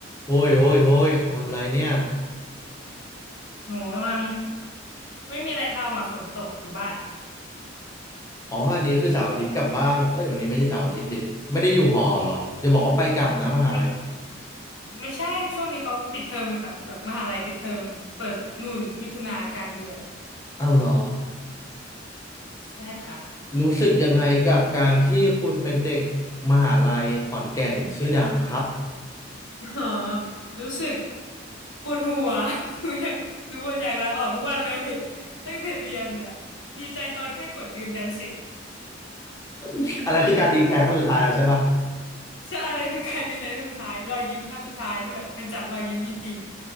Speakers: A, on the left; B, on the left.
A: โอ้ยโอ้ยโอ้ยทำไรเนี่ย
B: หนูกำลังไม่มีอะไรทำอ่ะฝนตกอยู่บ้าน
A: อ๋ออันนี้คือเสาร์อาทิตย์กลับบ้าน เอ้ยวันนี้ไม่ใช่เสาร์อาทิตย์ดิ ไม่ได้อยู่หอเหรอ จะบอกว่าไปกลับนะมหาลัย
B: มันไม่ใช่ช่วงนี้เขาปิดเทอมอยู่ค่ะแบบมหาลัยปิดเทอมเปิดนู่นมิถุนากลางเดือน
A: เอ้าเหรอ
B: ใช่ค่ะ
A: รู้สึกยังไงกับการที่คุณเป็นเด็กมหาลัยขอนแก่นชื่อดังครับ
B: อ๋อรู้สึกปวดหัว <laughs> หนูอยากหนูบ่นอยากลาออกทุกวันเลยตั้งแต่เรียนเนี่ยดีใจตอนแค่กดยืนยันสิทธิ์
A: <laughs> อันนั้นคือการดีใจครั้งสุดท้ายแล้วใช่ปะ
B: ใช่อะไรคือการดีใจครั้งสุดท้ายรอยยิ้มครั้งสุดท้ายที่แบบเป็นจากรอยยิ้มจริง